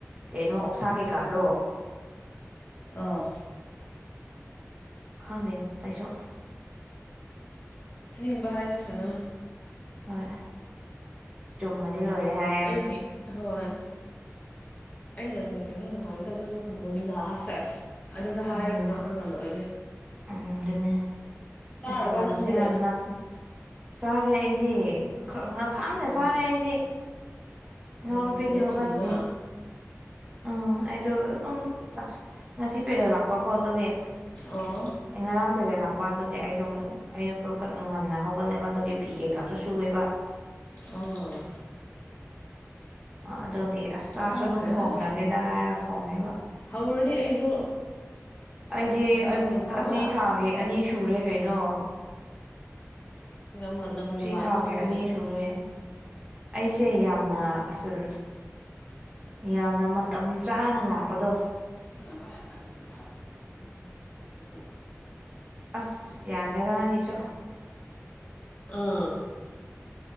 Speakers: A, on the right; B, on the left.
A: ꯀꯩꯅꯣ ꯑꯣꯛꯁꯥ ꯀꯩꯀꯥꯗꯣ
B: ꯑꯥ
A: ꯈꯪꯗꯦ ꯑꯩꯁꯨ
B: ꯍꯥꯏꯅꯤꯡꯕ ꯍꯥꯏꯖꯁꯅꯨ
A: ꯍꯣꯏ ꯆꯨꯝꯃꯗꯤ ꯂꯣꯏꯔꯦ ꯍꯥꯏꯌꯣ
B: ꯑꯩꯒꯤ ꯍꯣꯏ ꯑꯩꯅ <unintelligible> ꯂꯣꯟꯗꯥ ꯁꯦꯁ ꯑꯗꯨꯗ ꯍꯥꯏꯔꯒ
A: ꯎꯝ
B: ꯉꯥꯡꯉ ꯂꯣꯏꯔꯦ
A: ꯎꯝ ꯑꯗꯨꯅꯦ
B: ꯇꯥꯔꯕ
A: ꯑꯁ ꯑꯦꯖꯝꯁꯤꯅ
B: ꯅꯪꯗꯤ
A: ꯅꯛ ꯆꯥꯔꯦ ꯑꯩꯗꯤ ꯈ ꯉꯁꯥꯏꯅ
B: ꯎꯝ
A: ꯆꯥꯔꯦ ꯑꯩꯗꯤ ꯏꯅꯥꯎꯅꯨꯄꯤꯗꯤ
B: ꯌꯥꯝ ꯀꯩꯅꯣ
A: ꯍꯧꯒꯠꯇ꯭ꯔꯤ
B: ꯊꯨꯏꯅ
A: ꯎꯝ ꯑꯩꯗꯣ ꯑꯗꯨꯝ ꯑꯁ ꯉꯁꯤ ꯄꯦꯔꯗ ꯂꯥꯛꯄꯀꯣ ꯑꯗꯨꯒꯤ <unintelligible>
B: ꯑꯣ
A: ꯄꯦꯔꯗ <unintelligible> ꯄꯥꯗꯨꯒꯤ ꯑꯩ ꯗꯣ ꯑꯌꯨꯛꯇꯣ ꯈꯔ ꯉꯟꯅ ꯍꯧꯒꯠꯂꯦꯕ ꯑꯗꯨꯒꯤ ꯐꯤ ꯀꯩꯀꯥꯗꯣ ꯁꯨꯏꯑꯦꯕ
B: ꯎꯝ
A: ꯑꯗꯨꯒꯤ ꯑꯁ ꯆꯥꯛꯁꯨ
B: ꯈꯪꯗ꯭ꯔꯦꯗ
A: ꯑꯗꯨꯝ ꯊꯣꯡꯈ꯭ꯔꯒꯦꯗ ꯍꯥꯏꯔꯒ ꯊꯣꯡꯉꯦꯕ
B: ꯍꯧꯔꯅꯤ ꯑꯩꯁꯨ
A: ꯑꯩꯗꯤ
B: ꯑꯦꯛꯖꯥꯝ
A: ꯑꯟ
B: ꯃꯌꯥꯗ
A: ꯑꯁꯤ ꯊꯥꯒꯤ ꯑꯅꯤ ꯁꯨꯔꯦ ꯀꯩꯅꯣ
B: ꯌꯥꯝ ꯉꯟꯅ ꯉꯟꯅ
A: ꯁꯤ
B: ꯂꯥꯛꯑꯦꯀꯣ
A: ꯊꯥꯒꯤ
B: ꯅꯣꯏꯗꯤ
A: ꯑꯅꯤ ꯁꯨꯔꯦ ꯑꯩꯁꯦ ꯌꯥꯝꯅ ꯑꯁꯨꯟ ꯌꯥꯝꯅ ꯃꯇꯝ ꯆꯥꯅ ꯂꯥꯛꯄꯗꯣ
B: <unintelligible>
A: ꯑꯁ ꯌꯥꯗ꯭ꯔꯦꯗ ꯅꯪꯒꯤꯁꯨ
B: ꯑꯥ